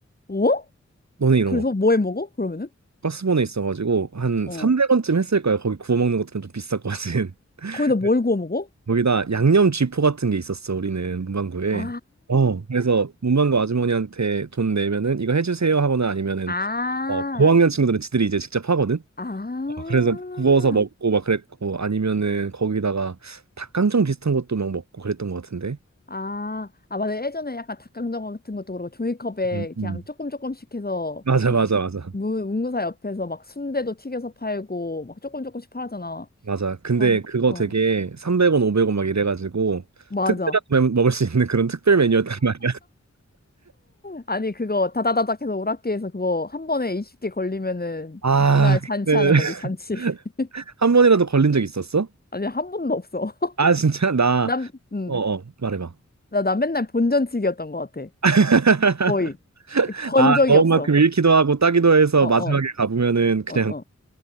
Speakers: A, on the left; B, on the right.
A: 어?
B: 너네 이런
A: 그래서
B: 거
A: 뭐해 먹어? 그러면은?
B: 가스버너 있어가지고 한
A: 어.
B: 300원쯤 했을 거야. 거기 구워 먹는 것들은 좀 비쌌거든. <laughs>
A: 거기다 뭘
B: 근데
A: 구워 먹어?
B: 거기다 양념 쥐포 같은 게 있었어, 우리는 문방구에.
A: 아,
B: 어, 그래서 문방구 아주머니한테 돈 내면은 이거 해주세요 하거나 아니면은
A: 아.
B: 어, 고학년 친구들은 지들이 이제 직접 하거든.
A: 아,
B: 어, 그래서 구워서 먹고 막 그랬고 아니면은 거기다가 닭강정 비슷한 것도 막 먹고 그랬던 것 같은데.
A: 아, 아, 맞아. 예전에 약간 닭강정 같은 것도 그렇고 종이컵에
B: 음,
A: 그냥
B: 음.
A: 조금 조금씩 해서
B: 맞아,
A: 막
B: 맞아, 맞아.
A: 문 문구사 옆에서 막 순대도 튀겨서 팔고 막 조금 조금씩 팔았잖아.
B: 맞아. 근데
A: 아휴,
B: 그거
A: 어,
B: 되게 300원, 500원 막 이래가지고
A: 맞아.
B: 특별하게 매- 먹을 수 있는 그런 특별 메뉴였단 말이야. <laughs>
A: 아니, 그거 다다다닥 해서 오락기에서 그거 한 번에 20개 걸리면은
B: 아,
A: 날 잔치하는
B: 그때는 <laughs>
A: 거지, 잔치. <laughs>
B: 한 번이라도 걸린 적 있었어?
A: 아니, 한 번도 없어. <laughs>
B: 아, 진짜? 나,
A: 난, 음,
B: 어, 어, 말해봐.
A: 나, 나 맨날 본전치기였던 것 같아.
B: <laughs>
A: 거의. 그 번
B: 아,
A: 적이
B: 넣은
A: 없어.
B: 만큼 잃기도 하고 따기도 해서
A: 어, 어,
B: 마지막에 가보면은
A: 어,
B: 그냥
A: 어.